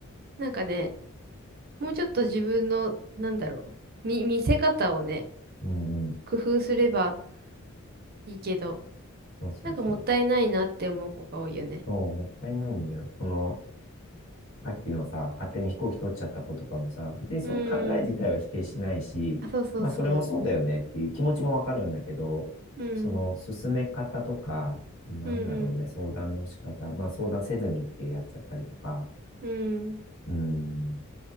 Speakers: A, on the right (about 45°); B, on the left (about 65°).
A: なんかね、もうちょっと自分の、なんだろう、見、見せ方をね、
B: うん、うん。
A: 工夫すればいいけど、
B: そうそうそう。
A: なんかもったいないなって思う子が多いよね。
B: そう、もったいないんだよ。その、さっきのさ、勝手に飛行機取っちゃった子とかもさ、別にその考え自体は否定しないし、
A: うーん。あ、そうそうそ
B: まあそれもそうだよねっていう気持ちもわかるんだけど、
A: う。うん。
B: その進め方とか、なんだろうね、
A: うん
B: 相談の仕方、まあ相談せずにってやっちゃったりとか、
A: うん。うん。
B: うん、ち